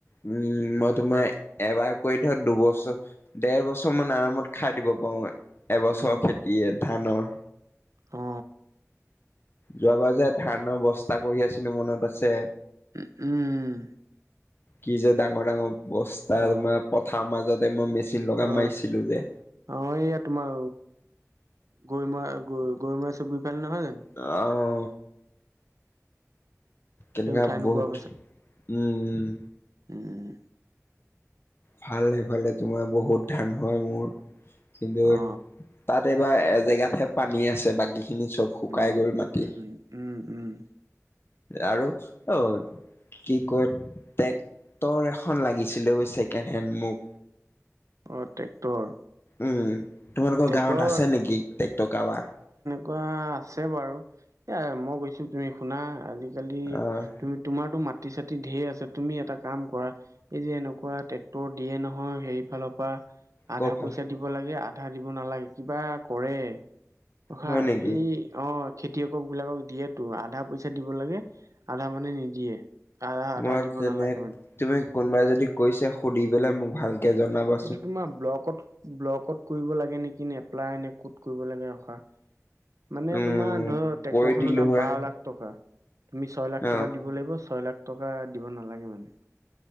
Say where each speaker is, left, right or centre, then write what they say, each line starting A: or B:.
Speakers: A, on the left (about 45°); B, on the right (about 75°).
A: উম মই তোমাৰ এবাৰ কৰি ধৰ দুবছৰ দেৰ বছৰ মান আৰামত খাই দিব পাওঁ এবছৰ
B: উম
A: খেতিয়ে ধানৰ
B: অ
A: যোৱাবাৰ যে ধানৰ বস্তা কৰি আছিলো মনত আছে
B: উম উম
A: কি যে ডাঙৰ ডাঙৰ বস্তা
B: অ
A: তোমাৰ পথাৰৰ মাজতে মই মেচিন লগা
B: অ
A: মাৰিছ ছিলোঁ যে
B: অ ইয়াত তোমাৰ গৈমূৰা গৈমূৰা চুবুৰি ফালে নহয় জানো
A: অ কেনেকোৱা
B: সেই উঠাই নোপোৱাৰ
A: বহুত উম উম
B: উম উম
A: ভাল সেইফালে তোমাৰ বহুত ধান হয় মোৰ কিন্তু
B: অ
A: তাত এইবা এ জেগাতহে পানী আছে বাকী খিনি চব শুকাই
B: উম
A: গল মাটি
B: উম উম উম
A: আৰু অ কি কয় টেক্টৰ এখন লাগিছিলে অৱশ্যে চেকেণ্ড হেণ্ড মোক
B: অ ট্ৰেক্টৰ।
A: উম তোমালোকৰ
B: ট্ৰেক্টৰ
A: গাঁৱত আছে নেকি ট্ৰেক্টৰ কাবাৰ।
B: কুৱা আছে বাৰু এ মই গৈছো তুমি শুনা আজিকালি
A: আহ
B: তুমি তোমাৰতো মাটি চাতি ধেৰ আছে তুমি এটা কাম কৰা এই যে এনেকোৱা ট্ৰেক্টৰ দিয়ে নহয় সেইফালৰ পৰা আধা
A: ক ভাল
B: পইচা দিব লাগে আধা দিব নালাগে কিবা কৰে ৰখা
A: হয় নেকি
B: এই অ খেতিয়ক বিলাকক দিয়েতো আধা পইচা দিব লাগে আধা মানে নিদিয়ে আধা আধা
A: মই
B: দিব
A: তেনে
B: নালাগে মানে
A: তুমি কোনোবাই যদি কৈছে সুধি পেলাই মোক ভালকে জনাবা
B: এইটো তোমাৰ ব্লকত ব্লকত কৰিব লাগে নেকি নে এপ্লাই নে ক'ত কৰিব লাগে ৰখা মানে
A: উম
B: তোমাৰ ধৰ ট্ৰেক্টৰ
A: কৰি
B: খনৰ
A: দিলো
B: দাম
A: হয়
B: বাৰ লাখ টকা তুমি ছয় লাখ
A: অ
B: টকা দিব লাগিব ছয় লাখ টকা দিব নালাগে মানে।